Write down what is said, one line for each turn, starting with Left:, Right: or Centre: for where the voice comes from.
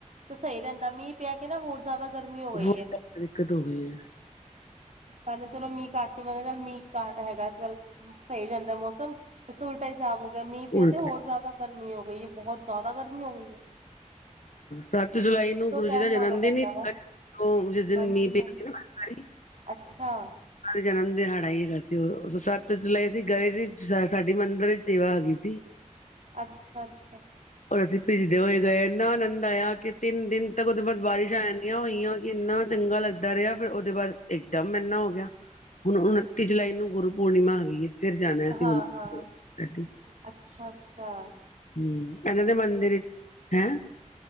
Right: ਤੇ ਸਹੀ ਰਹਿੰਦਾ ਮੀਂਹ ਪਿਆ ਕੇ ਨਾ ਹੋਰ ਜ਼ਿਆਦਾ ਗਰਮੀ ਹੋ ਗਈ
Left: ਹੋਰ ਜ਼ਿਆਦਾ
Right: ਐ।
Left: ਦਿੱਕਤ ਹੋ <inaudible>
Right: ਪਹਿਲਾਂ ਚਲੋ ਮੀਂ ਕਰਕੇ <inaudible> ਪ ਗੱਲ ਮੀਂਹੱਟ ਹੈਗਾ। ਅੱਜ ਗੱਲ ਸਹੀ ਰਹਿੰਦਾ ਮੌਸਮ ਤੇ ਉਲਟਾ ਹੀ ਸਾਬ। ਜਦ ਮੀਂਹ ਪਿਆ
Left: ਉਲਟਾ
Right: ਤੇ ਹੋਰ ਜ਼ਿਆਦਾ ਗਰਮੀ ਹੋ ਗਈ ਐ ਬਹੁਤ ਜ਼ਿਆਦਾ ਗਰਮੀ ਹੋ ਗਈ ਐ।
Left: ਸੱਤ ਜੁਲਾਈ ਨੂੰ ਗੁਰੂ ਜੀ
Right: ਟਾਈਮ
Left: ਦਾ
Right: ਨਹਾਣਾ
Left: ਜਨਮ ਦਿਨ
Right: ਪੈਂਦਾ
Left: ਹੀ।
Right: ਵਾ
Left: ਉਹ ਜਿਸ ਦਿਨ
Right: ਹਾਂਜੀ
Left: ਮੀਂਹ
Right: ਹਾਂਜੀ
Left: ਪਿਆ ਸੀ।
Right: ਅੱਛਾ।
Left: ਉਹਨਾਂ ਦੇ ਜਨਮ ਦਿਹਾੜਾ ਹੀ ਹੇਗਾ ਸੀ, ਉਹ ਸੱਤ ਜੁਲਾਈ ਅਸੀਂ ਗਏ ਸੀ ਸਾਡੀ ਮੰਦਰ ਵਿੱਚ ਸੇਵਾ ਆਗੀ ਸੀ।
Right: ਅੱਛਾ-ਅੱਛਾ‌।
Left: ਔਰ ਅਸੀਂ ਭਿੱਜਦੇ ਹੋਏ ਗਏ, ਇੰਨਾ ਅਨੰਦ ਆਇਆ ਕਿ ਤਿੰਨ ਦਿਨ ਤੱਕ ਉਹਦੇ ਬਾਅਦ ਬਾਰਿਸ਼ ਆਏ ਹੋਈਆਂ ਕਿ ਇੰਨਾ ਚੰਗਾ ਲੱਗਦਾ ਰਿਹਾ, ਫਿਰ ਉਹਦੇ ਬਾਅਦ ਇੱਕਦਮ ਮ ਇੰਨਾ ਹੋਗਿਆ। ਹੁਣ, ਉਨੱਤੀ ਜੁਲਾਈ ਨੂੰ ਗੁਰੂ ਪੋਰਣੀਮਾ ਆਗੀ ਏ। ਫਿਰ ਜਾਣਾ ਅਸੀਂ
Right: ਹਾਂ-ਹਾਂ,
Left: ਮੰਦਰ ਸਾਡੀ
Right: ਅੱਛਾ-ਅੱਛਾ।
Left: ਹੂੰ, ਇਹਨਾਂ ਦੇ ਮੰਦਿਰ ਈਚ, ਹੈਂ।